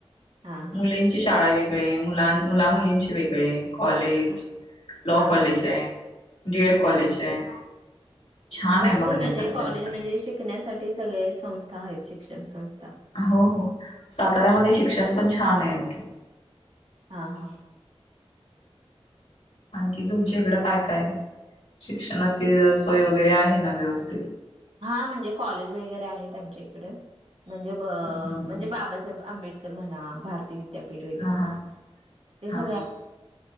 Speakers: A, on the right; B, on the left.
A: हा हा
B: मुलींची शाळा वेग ळी मुलां मुलामुलींची वेगळी कॉलेज
A: हा
B: लॉ
A: हा
B: कॉलेजये
A: हा
B: डीएड कॉलेजये
A: हा
B: आहे.
A: <unintelligible>
B: छान
A: भरपूर
B: आहे बघण्यासारखं
A: म्हणजे कॉलेज
B: तिथं
A: म्हणजे शिकण्यासाठी सगळे संस्था हायेत शिक्षण संस
B: हो हो, साताऱ्यामध्ये शिक्षण पण छानय अगदी.
A: हा हा.
B: आणखी तुमच्या इकडं काय काय? शिक्षणाची सोय वगैरे आहेना व्यवस्थित.
A: हा म्हणजे कॉलेज वगैरे आहेत आमच्या इकडं. म्हणजे ब
B: हं हं
A: म्हणजे
B: हं
A: बाबासाहेब आंबेडकर म्हणा भारतीय विद्यापीठ
B: हां हां
A: व
B: हां
A: स
B: हां